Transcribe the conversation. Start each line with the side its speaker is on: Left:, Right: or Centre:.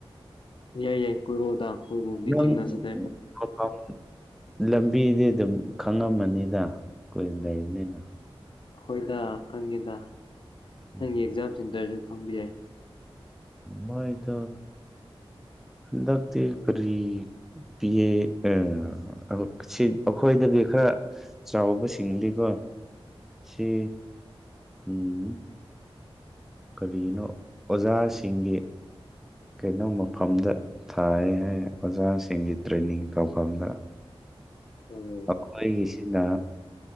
Left: ꯌꯥꯏ ꯌꯥꯏ ꯀꯣꯏꯔꯣꯛꯑꯣꯗ ꯑꯩꯈꯣꯏꯔꯣꯝꯗꯤ
Centre: ꯅꯪ
Left: ꯊꯦꯡꯅꯖꯤꯗ
Centre: ꯃꯐꯝ ꯂꯝꯕꯤꯗꯤ ꯑꯗꯨꯝ ꯈꯪꯉꯝꯃꯅꯤꯗ ꯀꯨꯏꯅ ꯂꯩꯕꯅꯤꯅ
Left: ꯍꯣꯏꯗ ꯈꯪꯉꯦꯗ
Centre: ꯎꯝ
Left: ꯅꯪꯒꯤ ꯑꯦꯛꯖꯥꯝ ꯁꯦꯟꯇꯔꯁꯨ ꯈꯪꯕ ꯌꯥꯏ
Centre: ꯃꯣꯏꯗꯣ ꯍꯟꯗꯛꯇꯤ ꯀꯔꯤ ꯄꯤ ꯑꯦ ꯑ ꯑꯧ ꯀꯁꯤꯟ ꯑꯩꯈꯣꯏꯗꯒꯤ ꯈꯔ ꯆꯥꯎꯕꯁꯤꯡꯗꯤꯀꯣ
Left: ꯎꯝ
Centre: ꯁꯤ ꯎꯝ ꯀꯔꯤꯅꯣ ꯑꯣꯖꯥꯁꯤꯡꯒꯤ ꯀꯩꯅꯣ ꯃꯐꯝꯗ ꯊꯥꯔꯅꯤ ꯍꯥꯏꯅꯦ ꯑꯣꯖꯁꯤꯡꯒꯤ ꯇ꯭ꯔꯦꯟꯅꯤꯡ ꯇꯧꯐꯝꯗ
Left: ꯎꯝ
Centre: ꯑꯈꯣꯏꯒꯤꯁꯤꯅ